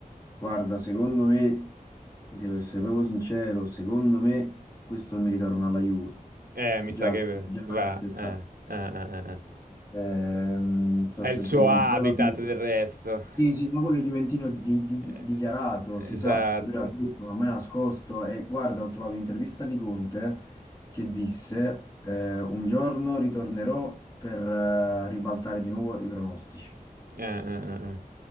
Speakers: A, on the left (about 25°); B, on the right (about 80°).
A: Guarda, secondo me, devo essere proprio sincero, secondo me questo mi ritorna alla Juve,
B: Eh, mi
A: già,
B: sa che
A: già
B: va...
A: da quest'estate.
B: eh, eh, eh, eh. eh.
A: Ehm, sto
B: È
A: sentendo
B: il suo habitat
A: un po'...
B: del resto.
A: Sì, sì, ma quello è Juventino di- di-
B: Eh,
A: dichiarato,
B: esatto.
A: si sa, lui l'ha detto, non mi ha nascosto e guarda, ho trovato un'intervista di Conte che disse eh, un giorno ritornerò per eh, ribaltare di nuovo i pronostici.
B: Eh, eh, eh,